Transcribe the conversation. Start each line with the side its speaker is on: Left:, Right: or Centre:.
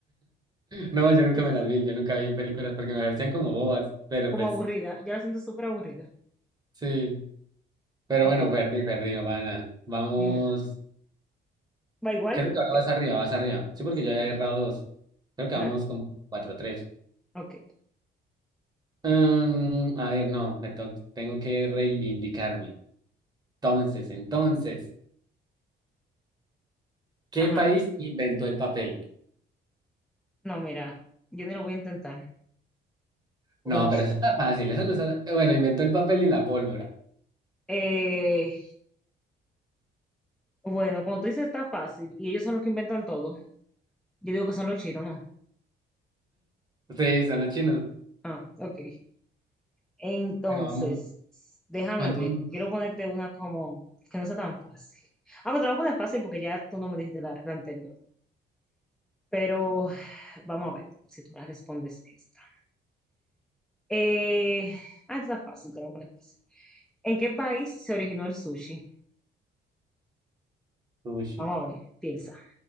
Right: No, yo nunca
Centre: Sí,
Right: me las vi, yo nunca vi películas porque me parecían como bobas, pero
Centre: Como
Right: pues
Centre: aburrida. Yo la siento súper aburrida.
Right: sí. Pero
Centre: Ok,
Right: bueno, perdí, perdí, no pasa nada. Vamos.
Centre: dime. ¿Va igual?
Right: Creo que ahora
Centre: ¿Qué?
Right: vas arriba, vas arriba. Sí, porque
Centre: Sí,
Right: yo había
Centre: dale.
Right: he errado dos. Creo que
Centre: Dale.
Right: vamos con cuatro tres
Centre: Ok.
Right: Mm, a ver, no, me to- tengo que reivindicarme. Entonces, entonces, ¿qué
Centre: Ajá.
Right: país inventó el papel?
Centre: No, mira, yo ni lo voy a intentar, porque
Right: No,
Centre: no
Right: pero
Centre: sé.
Right: eso está fácil, eso no está. eh, Bueno, inventó el papel y la pólvora.
Centre: Eh, bueno, como tú dices, está fácil, y ellos son los que inventan todo. Yo digo que son los chinos, ¿no?
Right: Sí, son los chinos.
Centre: Ah, ok. Entonces,
Right: Bueno, vamos.
Centre: déjame
Right: ¿Cuánto
Centre: ver.
Right: vamos?
Centre: Quiero ponerte una como que no sea tan fácil. Ah, pero te la voy a poner fácil porque ya tú no me dijiste la, la anterior. Pero vamos a ver si tú me respondes esta. Eh, ah, esta está fácil, te la voy a poner fácil. ¿En qué país se originó el sushi?
Right: Sushi.
Centre: Vamos a ver, piensa,